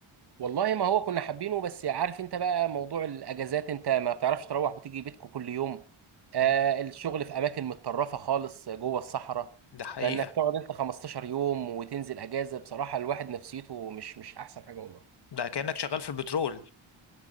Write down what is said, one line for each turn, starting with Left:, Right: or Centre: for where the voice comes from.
Right: والله ما هو كنا حابينه بس عارف انت بقى موضوع الاجازات انت ما بتعرفش تروح وتيجي بيتكم كل يوم آه
Left: مم.
Right: الشغل في اماكن متطرفه خالص جوه الصحراء
Left: ده حقيقة
Right: فانك تقعد انت 15 يوم وتنزل اجازه بصراحه الواحد نفسيته مش مش احسن حاجه والله
Left: ده كأنك شغال في البترول